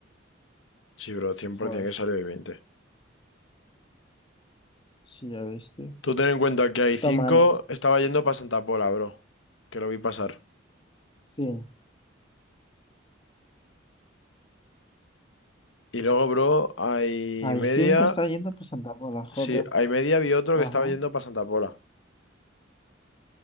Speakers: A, on the left; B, on the left.
A: Sí, bro, 100%
B: Joder,
A: que salió y veinte
B: sí, ya ves, tío.
A: Tú ten en cuenta que hay
B: Está
A: cinco
B: mal,
A: Estaba yendo para Santa Pola, bro. Que lo vi pasar.
B: sí.
A: Y luego, bro, hay
B: Hay
A: media.
B: cinco estaba yendo por Santa Pola, joder.
A: Sí, hay media vi otro
B: Ajá.
A: que estaba yendo para Santa Pola.